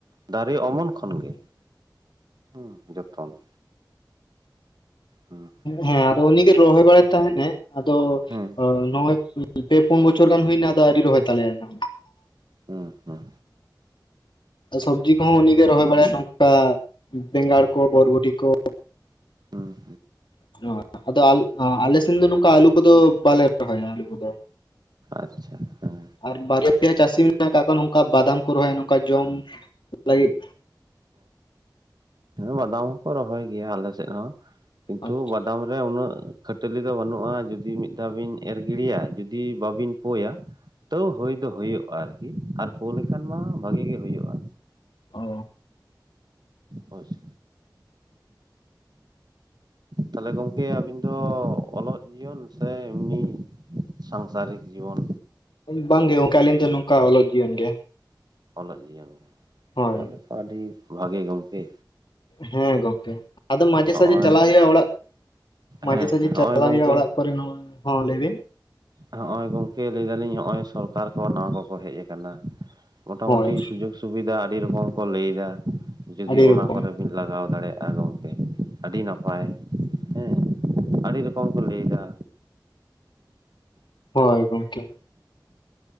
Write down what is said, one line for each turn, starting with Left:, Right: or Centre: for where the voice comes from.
Right: ᱫᱟᱨᱮ ᱚᱢᱚᱱ ᱠᱷᱚᱱ ᱜᱮ ᱦᱩᱸ ᱡᱚᱛᱚᱱ ᱦᱩᱸ
Left: ᱦᱮᱸ ᱟᱫᱚ ᱩᱱᱤ ᱜᱮᱮ ᱨᱚᱦᱚᱭ ᱵᱟᱲᱟᱭ ᱛᱟᱦᱮᱱᱟ ᱟᱫᱚ
Right: ᱦᱩᱸ
Left: ᱱᱚᱜᱼᱚᱭ ᱯᱮ ᱯᱩᱱ ᱵᱚᱪᱷᱚᱨ ᱜᱟᱱ ᱦᱩᱭᱱᱟ ᱟᱫᱚ ᱟᱹᱣᱨᱤ ᱨᱚᱦᱚᱭ ᱛᱟᱞᱮᱭᱟ ᱫᱚ
Right: ᱦᱩᱸ ᱦᱩᱸ
Left: ᱥᱚᱵᱽᱡᱤ ᱠᱚᱦᱚᱸ ᱩᱱᱤᱜᱮ ᱨᱚᱦᱚᱭ ᱵᱟᱲᱟᱭᱟ ᱱᱚᱝᱠᱟ ᱵᱮᱸᱜᱟᱲ ᱠᱚ ᱵᱚᱨᱵᱚᱴᱤ ᱠᱚ
Right: <unintelligible> ᱩᱜ᱾
Left: <unintelligible> ᱟᱫᱚ ᱟ ᱟᱞᱮ ᱥᱮᱱ ᱫᱚ ᱱᱚᱝᱠᱟ ᱟᱹᱞᱩ ᱠᱚᱫᱚ ᱵᱟᱞᱮ ᱨᱚᱦᱚᱭᱟ ᱟᱹᱞᱩ ᱠᱚᱫᱚ᱾
Right: ᱟᱪᱪᱷᱟ ᱦᱮᱸ
Left: ᱟᱨ ᱵᱟᱨᱭᱟ ᱯᱮᱭᱟ ᱪᱟᱥᱤᱢ- ᱱᱟᱜ ᱠᱟᱜ ᱠᱚᱣᱟ ᱱᱚᱝᱠᱟ ᱵᱟᱫᱟᱢ ᱠᱚ ᱨᱚᱦᱚᱭᱟ ᱱᱚᱝᱠᱟ ᱡᱚᱢ ᱞᱟᱹᱜᱤᱫ᱾
Right: ᱚᱸ ᱵᱟᱫᱟᱢ ᱦᱚᱸᱠᱚ ᱨᱚᱦᱚᱭ ᱜᱮᱭᱟ ᱟᱞᱮ ᱥᱮᱜ ᱦᱚᱸ ᱠᱤᱱᱛᱩ
Left: ᱟᱪᱪᱷᱟ
Right: ᱵᱟᱫᱟᱢ- ᱨᱮ ᱩᱱᱟᱹᱜ ᱠᱷᱟᱹᱴᱟᱹᱞᱤ ᱫᱚ ᱵᱟᱹᱱᱩᱜᱼᱟ ᱡᱩᱫᱤ ᱢᱤᱫ ᱫᱷᱟᱣ ᱵᱤᱱ ᱮᱨ ᱜᱤᱲᱤᱭᱟ ᱡᱩᱫᱤ ᱵᱟᱵᱤᱱ ᱯᱳᱭᱟ- ᱛᱟᱹᱣ ᱦᱩᱭ ᱫᱚ ᱦᱩᱭᱩᱜᱼᱟ ᱟᱨᱠᱤ ᱟᱨ ᱯᱳ ᱞᱮᱠᱷᱟᱱ ᱢᱟ ᱵᱷᱟᱹᱜᱤ ᱜᱮ ᱦᱩᱭᱩᱜᱼᱟ᱾
Left: ᱳ᱾
Right: ᱦᱳᱭᱥᱮ ᱛᱟᱦᱞᱮ ᱜᱚᱝᱠᱮ ᱟᱵᱤᱱ ᱫᱚ ᱚᱞᱚᱜ ᱡᱤᱭᱚᱱ ᱥᱮ ᱮᱢᱱᱤ᱾ ᱥᱟᱝᱥᱟᱨᱤᱠ ᱡᱤᱵᱚᱱ᱾
Left: ᱵᱟᱝ ᱜᱮ ᱚᱝᱠᱟ ᱟᱹᱞᱤᱧ ᱫᱚ ᱱᱚᱝᱠᱟ ᱟᱞᱚ ᱡᱤᱭᱚᱱ ᱜᱮ᱾
Right: ᱚᱞᱚᱜ ᱡᱤᱭᱚᱱ ᱜᱮ
Left: ᱦᱳᱭ
Right: ᱛᱟᱦᱞᱮ ᱟᱹᱰᱤ ᱵᱷᱟᱜᱮ ᱜᱚᱝᱠᱮ᱾
Left: ᱦᱮᱸ ᱜᱚᱝᱠᱮ ᱟᱫᱚ ᱢᱟᱡᱷᱮ
Right: ᱦᱚᱜᱼᱚᱭ
Left: ᱥᱟᱡᱷᱮ ᱪᱟᱞᱟᱜ ᱦᱩᱭᱩᱜᱼᱟ ᱚᱲᱟᱜ ᱢᱟᱡᱷᱮ
Right: ᱦᱮᱸ
Left: ᱥᱟᱡᱷᱮ
Right: ᱦᱮᱸ
Left: ᱪᱟᱞᱟᱜ
Right: ᱦᱚᱜᱼᱚᱭ ᱜᱚᱝᱠᱮ
Left: ᱦᱩᱭᱩᱜᱼᱟ ᱚᱲᱟᱜ᱾ ᱠᱚᱨᱮ ᱱᱚ-ᱚᱭ ᱦᱚᱸ ᱞᱟᱹᱭ ᱵᱤᱱ᱾
Right: ᱦᱚᱜ ᱚᱭ ᱜᱚᱝᱠᱮ ᱞᱟᱹᱭ ᱫᱟᱞᱤᱧ ᱦᱚᱜ ᱚᱭ ᱥᱚᱨᱠᱟᱨ ᱠᱚ ᱱᱟᱣᱟ ᱠᱚᱠᱚ ᱦᱮᱡ ᱟᱠᱟᱱᱟ᱾ ᱢᱚᱴᱟ
Left: ᱦᱳᱭ
Right: ᱢᱩᱴᱤ ᱥᱩᱡᱳᱠ ᱥᱩᱵᱤᱫᱟ ᱟᱹᱰᱤ ᱨᱚᱠᱚᱢ ᱠᱚ ᱞᱟᱹᱭ ᱫᱟ ᱡᱩᱫᱤ
Left: ᱟᱹᱰᱤ
Right: ᱚᱱᱟ
Left: ᱨᱚᱠᱚᱢ
Right: ᱠᱚᱨᱮᱢ- ᱵᱤᱱ ᱞᱟᱜᱟᱣ ᱫᱟᱲᱮᱭᱟᱜᱼᱟ ᱜᱚᱝᱠᱮ ᱟᱹᱰᱤ ᱱᱟᱯᱟᱭ- ᱦᱮᱸ ᱟᱹᱰᱤ ᱨᱚᱠᱚᱢ ᱠᱚ ᱞᱟᱹᱭ ᱫᱟ᱾
Left: ᱦᱳᱭ ᱜᱚᱝᱠᱮ᱾